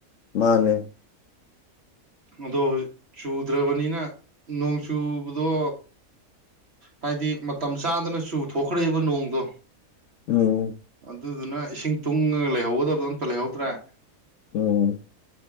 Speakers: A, on the left; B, on the right.
A: ꯃꯥꯅꯦ
B: ꯑꯗꯣ ꯍꯨꯖꯤꯛ ꯆꯨꯗ꯭ꯔꯕꯅꯤꯅ ꯅꯣꯡ ꯆꯨꯕꯗꯣ ꯍꯥꯏꯗꯤ ꯃꯇꯝ ꯆꯥꯗꯅ ꯆꯨꯊꯣꯛꯈ꯭ꯔꯦꯕ ꯅꯣꯡꯗꯣ
A: ꯎꯝ
B: ꯑꯗꯨꯗꯨꯅ ꯏꯁꯤꯡ ꯇꯨꯡꯉꯒ ꯂꯩꯍꯧꯒꯗꯕꯗꯣ ꯑꯝꯇ ꯂꯩꯍꯧꯗ꯭ꯔꯦ
A: ꯎꯝ